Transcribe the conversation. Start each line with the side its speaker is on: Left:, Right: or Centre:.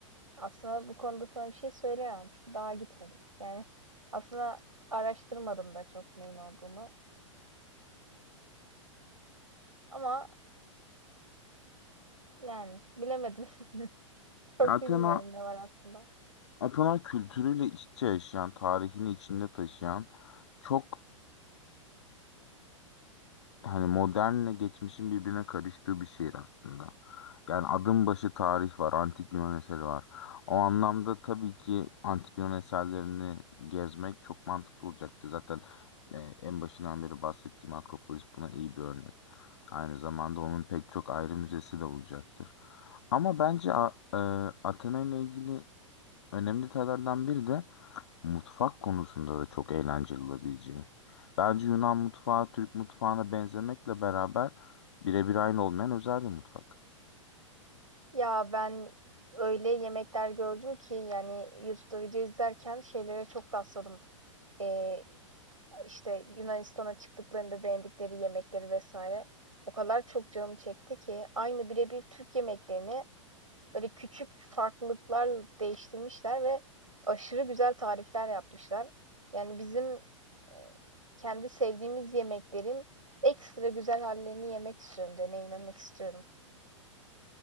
Right: aslında bu konuda sana bir şey söyleyemem çünkü daha gitmedik. Yani aslında araştırmadım da çok neyin olduğunu. Ama yani bilemedim. <laughs> Çok
Left: Ya Athena,
Right: bilmiyorum ne var aslında.
Left: Athena kültürüyle iç içe yaşayan, tarihini içinde taşıyan çok hani modernle geçmişin birbirine karıştığı bir şehir aslında. Yani adım başı tarih var, antik Yunan eseri var. O anlamda tabii ki antik Yunan eserlerini gezmek çok mantıklı olacaktı. Zaten e, en başından beri bahsettiğim Akropolis buna iyi bir örnek. Aynı zamanda onun pek çok ayrı müzesi de olacaktır. Ama bence A- e, Athena ile ilgili önemli detaylardan biri de Mutfak konusunda da çok eğlenceli olabileceği. Bence Yunan mutfağı Türk mutfağına benzemekle beraber birebir aynı olmayan özel bir mutfak.
Right: Ya ben öyle yemekler gördüm ki yani YouTube'da video izlerken şeylere çok rastladım. Ee, işte Yunanistan'a çıktıklarında denedikleri yemekleri vesaire. O kadar çok canım çekti ki aynı birebir Türk yemeklerini böyle küçük farklılıklar değiştirmişler ve aşırı güzel tarifler yapmışlar. Yani bizim e, kendi sevdiğimiz yemeklerin ekstra güzel hallerini yemek istiyorum, deneyimlemek istiyorum.